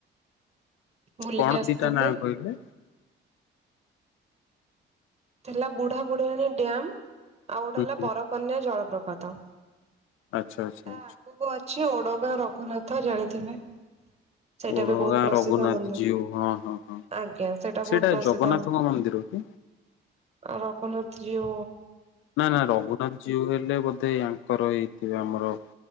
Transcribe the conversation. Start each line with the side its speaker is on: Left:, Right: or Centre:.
Right: ବୁଲିକି
Left: କଣ
Right: ଆସିଥିଲି।
Left: ଗିତା ନାଁ କହିଲେ
Right: ଲା ବୁଢା ବୁଢାଣୀ ଡ୍ୟାମ ଆଉ ଗୋଟେ
Left: ହୁଁ
Right: ହେଲା
Left: ହୁଁ
Right: ବରକନ୍ୟା ଜଳପ୍ରପାତ
Left: ଆଚ୍ଛା ଆଚ୍ଛାା
Right: ତା ଆଗକୁ ଅଛି ଓଡଗାଁ ରଘୁନାଥ ଜାଣିଥିବେ ସେଇଟା
Left: ଓଳଗାଁ
Right: ବି ବହୁତ ପ୍ରସିଦ୍ଧ
Left: ରଘୁନାଥ
Right: ମନ୍ଦିର।
Left: ଜଉ ହଁ ହଁ ହଁ
Right: ଆଜ୍ଞା ବହୁତ
Left: ସେଇଟା
Right: ପ୍ରସିଦ୍ଧ
Left: ଜଗନ୍ନାଥଙ୍କ ମନ୍ଦିର କି
Right: ଆ କ ହାତ
Left: ନା ନା ରଘୁନାଥ ଜୀଉ ହେଲେ ବୋଧେ ଙ୍କର ହେଇଥିବ ଆମର